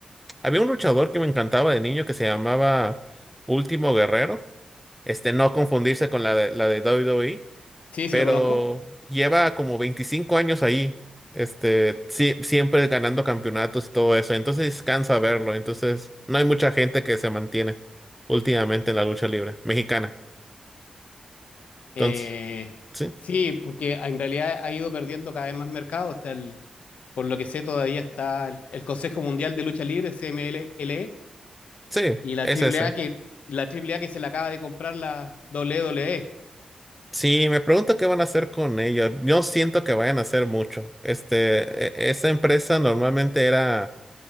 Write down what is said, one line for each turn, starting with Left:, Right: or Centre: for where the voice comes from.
Centre: había un luchador que me encantaba de niño que se llamaba Último Guerrero. Este, no confundirse con la de, la de WWE
Left: Sí, sí
Centre: pero
Left: lo conozco.
Centre: lleva como 25 años ahí, este, sí, siempre ganando campeonatos y todo eso, entonces cansa verlo, entonces no hay mucha gente que se mantiene últimamente en la lucha libre mexicana, entonces,
Left: Eh,
Centre: sí,
Left: sí, porque en realidad ha ido perdiendo cada vez más mercado. O el- Por lo que sé, todavía está el, el Consejo Mundial de Lucha Libre, CMLL,
Centre: sí,
Left: y la
Centre: es
Left: A
Centre: ese.
Left: A A que, la Triple A que se la acaba de comprar la WWE.
Centre: Sí, me pregunto qué van a hacer con ella. Yo siento que vayan a hacer mucho. Este, e- esa empresa normalmente era